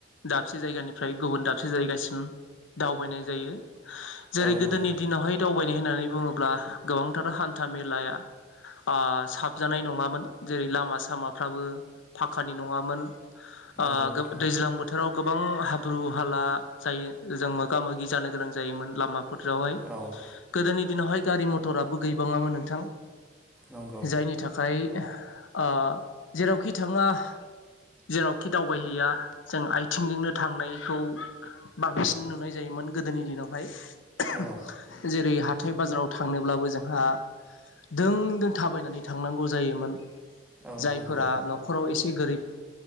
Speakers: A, on the left; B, in the centre.
A: दाबसे जायगानिफ्राय गुबुन दाबसे जायगासिम दावबायनाय जायो। जेरै
B: औ
A: गोदोनि
B: नंगौ
A: दिनावहाय दावबायनाय होननानै बुङोब्ला गोबांथार हान्था मेलाया ओ साबजानाय नङामोन जेरै लामा सामाफ्राबो फाखानि नङामोन।
B: नंगौ
A: ओ
B: नोंथां
A: दैज्लां बोथो थोराव गोबां हाब्रु हाला जायो जों मोगा मोगि जानो गोनां जायोमोन लामाफोरावहाय
B: औ
A: गोदोनि दिनावहाय गारि मथराबो गैबाङामोन नोंथां।
B: नंगौ
A: जायनि थाखाय ओ जेरावखि थाङा जेरावखि दावबायहैया जों आथिंजोंनो थांनायखौ बांसिन नुनाय जायोमोन गोदोनि दिनावहाय
B: औ
A: जेरै हाथाय बाजाराव थांनोब्लाबो जोंहा दों दों थाबायनानै थांनांगौ जायोमोन
B: औ
A: जायफोरा
B: नंगौ
A: न' न'खराव एसे गोरिब।